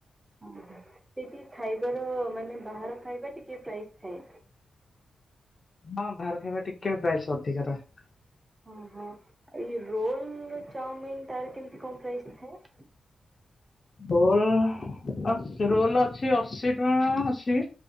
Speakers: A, on the right; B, on the left.
A: ଓହୋ ସେଠି ଖାଇବାର ମାନେ ବାହାର ଖାଇବା ଟିକେ ପ୍ରାଇସ୍ ଥାଏ।
B: ହଁ ବାହାର ଖାଇବା ଟିକେ ପ୍ରାଇସ୍‌ ଅଧିକା ରହେ।
A: ହଁ ହଁ ଏ ରୋଲ ଚଉମିିନ ତାର କେମିତି କଣ ପ୍ରାଇସ ଥାଏ?
B: ରୋଲ ରୋଲ ଅଛି ଅଶୀ ଟଙ୍କା ଅଛି।